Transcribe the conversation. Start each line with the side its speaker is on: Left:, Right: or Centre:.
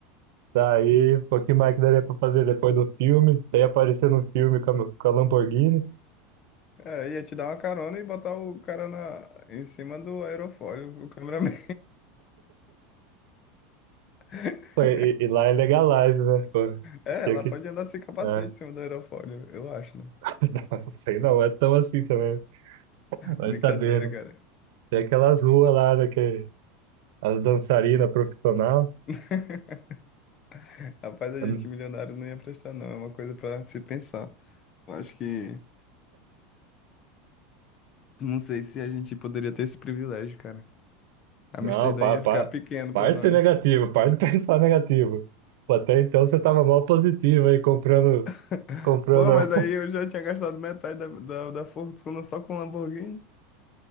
Right: daí, pô, que mais que daria pra fazer depois do filme? Você ia aparecer no filme com a, com a Lamborghini.
Left: É, ia te dar uma carona e botar o cara na, em cima do aerofólio, o cameraman. <laughs>
Right: Pô, e, e lá é legalize, né? Pô,
Left: É,
Right: tinha
Left: lá
Right: que.
Left: pode andar sem capacete
Right: É.
Left: em cima do aerofólio, eu acho, né?
Right: <laughs> Não sei não, é tão assim também. Vai
Left: Brincadeira,
Right: saber, né?
Left: cara.
Right: Tem aquelas ruas lá, né, que as dançarinas profissional.
Left: <laughs> Rapaz, a
Right: Hum,
Left: gente milionário não ia prestar, não. É uma coisa pra se pensar. Eu acho que. Não sei se a gente poderia ter esse privilégio, cara. Amsterdã
Right: Não, pa,
Left: ia
Right: pa,
Left: ficar pequeno
Right: parte
Left: pra nós.
Right: de ser negativo, parte <laughs> de pensar negativo. Pô, Até então você tava mal positivo aí comprando,
Left: <laughs>
Right: comprando.
Left: Pô, mas aí eu já tinha gastado metade da, da, da fortuna só com Lamborghini.